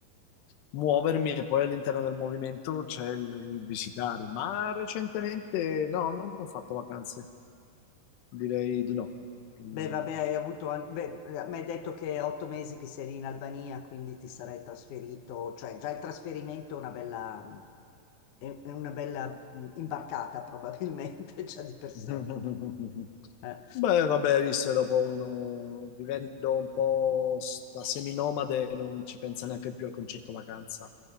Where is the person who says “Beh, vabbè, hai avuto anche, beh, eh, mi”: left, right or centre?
Left